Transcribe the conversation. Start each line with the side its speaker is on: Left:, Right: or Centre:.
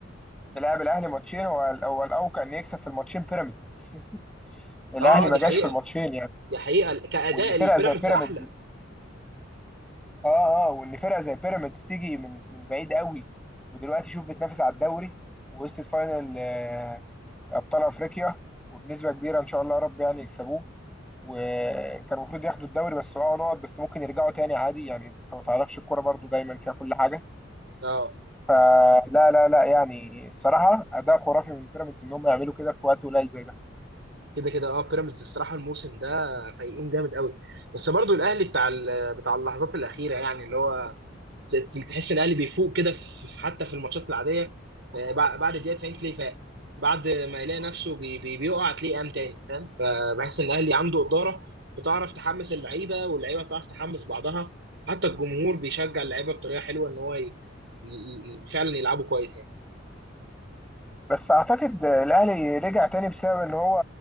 Centre: ملعب الاهلي ماتشين هو ال- هو الاوقع ان يكسب في الماتشين بيراميدز <laughs> الاهلي
Right: اه
Centre: ما
Right: دي
Centre: جاش
Right: حقيقه
Centre: في الماتشين يعني
Right: دي حقيقه كاداء
Centre: وان فرقة
Right: البيراميدز
Centre: زي بيراميدز
Right: احلى
Centre: اه اه وان فرقه زي بيراميدز تيجي من من بعيد قوي ودلوقتي شوف بتنافس على الدوري ووصلت فاينل آه، ابطال افريقيا وبنسبه كبيره ان شاء الله يا رب يعني يكسبوه وكان المفروض ياخدوا الدوري بس وقعوا نقط بس ممكن يرجعوا تاني عادي يعني انت ما تعرفش الكوره برضو دايما فيها كل حاجه
Right: اه
Centre: فلا لا لا يعني الصراحه اداء خرافي من بيراميدز ان هم يعملوا كده في وقت قليل زي ده
Right: كده كده اه بيراميدز الصراحه الموسم ده فايقين جامد قوي بس برضو الاهلي بتاع ال- بتاع اللحظات الاخيره يعني اللي هو تحس ان الاهلي بيفوق كده في في- حتى في الماتشات العاديه آه، بع- بعد الدقيقه 90 تلاقيه فاق بعد ما يلاقي نفسه بي بي بيقع تلاقيه قام تاني فاهم فبحس ان الاهلي عنده اداره بتعرف تحمس اللعيبه واللعيبه بتعرف تحمس بعضها حتى الجمهور بيشجع اللعيبه بطريقه حلوه ان هو ي... ي... ي- فعلا يلعبوا كويس يعني
Centre: بس اعتقد الاهلي رجع تاني بسبب ان هو